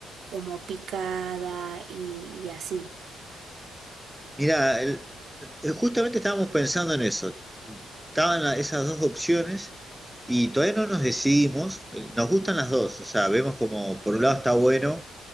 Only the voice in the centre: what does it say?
Mira, el- eh, justamente estábamos pensando en eso. Estaban la- esas dos opciones. Y todavía no nos decidimos, Eh, nos gustan las dos, o sea, vemos como por un lado está bueno